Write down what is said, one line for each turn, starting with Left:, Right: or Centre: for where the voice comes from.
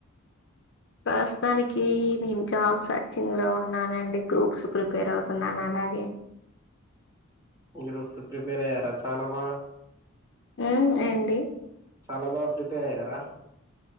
Left: ప్రస్తుతానికి నేను జాబ్ సర్చింగ్ లో ఉన్నానండి గ్రూప్స్ ప్రిపేర్ అవుతున్నాను అలాగే
Right: గ్రూప్స్కి ప్రిపేర్ అయ్యారా చాలా బాగా
Left: హు ఏంటి
Right: చాలా బాగా ప్రిపేర్ అయ్యారా